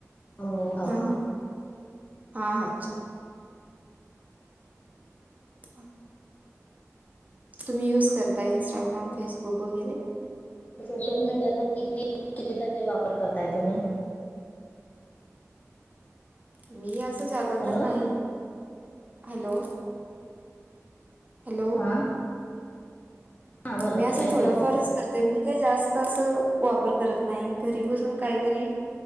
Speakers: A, on the left (about 30°); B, on the right (about 30°).
A: मम्मी भाऊ
B: हा हा हा हा अच्छा. <unintelligible> तुम्ही यूज करता इंस्टाग्राम फेसबुक वगैरे?
A: सोशल मीडियाचा किती किती टक्के वापर करताय तुम्ही?
B: मी असं ज्यादा
A: हॅलो
B: तर नाही हॅलो. हॅलो
A: हा. हा बोला
B: मी असं
A: की ऐकू
B: थोडाफारच
A: येते
B: कर ते मी काही जास्त अस वापर करत नाही घरी बसून काहीतरी